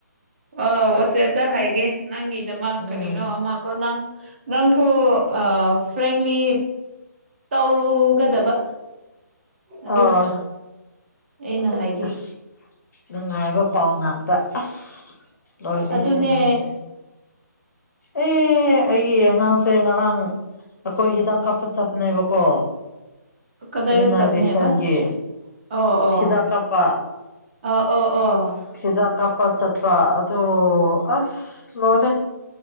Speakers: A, on the right (about 40°); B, on the left (about 65°).
A: ꯑꯣ ꯋꯥꯁꯦꯕꯗ ꯍꯥꯏꯒꯦ ꯅꯪꯒꯤꯗꯃꯛ
B: ꯎꯝ
A: ꯀꯔꯤꯅꯣ ꯑꯃꯀꯣ ꯅꯪ ꯅꯪꯁꯨ ꯐ꯭ꯔꯦꯡꯂꯤ ꯇꯧꯒꯗꯕ ꯑꯗꯨ
B: ꯑꯣ
A: ꯑꯩꯅ ꯍꯥꯏꯒꯦ
B: ꯑꯁ ꯅꯨꯡꯉꯥꯏꯕ ꯄꯥꯎ ꯉꯥꯛꯇ ꯑꯁ ꯂꯣꯏꯔꯔꯤꯍꯦꯅꯁꯦ
A: ꯑꯗꯨꯅꯦ
B: ꯑꯦ ꯑꯩꯒꯤ ꯑꯉꯥꯡꯁꯦ ꯉꯔꯥꯡ ꯑꯩꯈꯣꯏ ꯍꯤꯗꯥꯛ ꯀꯥꯞꯄ ꯆꯠꯄꯅꯦꯕ ꯀꯣ
A: ꯀꯗꯥꯏꯗ
B: ꯏꯃ꯭ꯌꯨꯅꯥꯏꯖꯦꯁꯟꯦ
A: ꯆꯠꯄꯅꯦꯕ ꯑꯣ ꯑꯣ
B: ꯍꯗ ꯀꯞꯄ
A: ꯑꯣ ꯑꯣ ꯑꯣ
B: ꯍꯗ ꯀꯥꯞꯄ ꯁꯠ ꯑꯗꯨꯗ ꯑꯁ ꯂꯣꯔꯦ